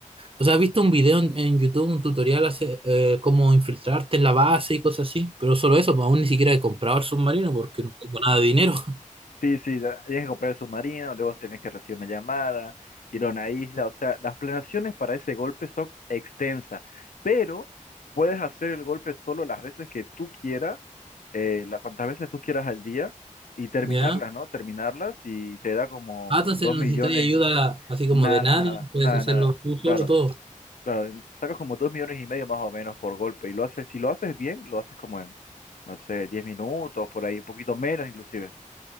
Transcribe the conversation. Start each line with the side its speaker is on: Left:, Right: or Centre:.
Right: O sea, he visto un video en, en YouTube, un tutorial hace eh, cómo infiltrarte en la base y cosas así, pero solo eso, pues aún ni siquiera he comprado el submarino porque no tengo nada de dinero, <laughs>
Left: Sí, sí, da- tienes que comprar el submarino, luego tenés que recibir una llamada, ir a una isla, o sea, las planeaciones para ese golpe son extensas, pero puedes hacer el golpe solo las veces que tú quieras, eh, la- cuantas veces tú quieras al día, y terminarlas,
Right: ¿ya?
Left: ¿no? Terminarlas y te da como
Right: Ah, entonces
Left: dos
Right: necesitáis
Left: millones,
Right: ayuda así como
Left: nada,
Right: de nadie,
Left: nada,
Right: puedes
Left: nada,
Right: hacerlo
Left: nada,
Right: tú solo
Left: claro,
Right: todo.
Left: claro, en- sacas como dos millones y medio más o menos por golpe, y lo haces, si lo haces bien, lo haces como en, no sé, diez minutos, por ahí, un poquito menos inclusive.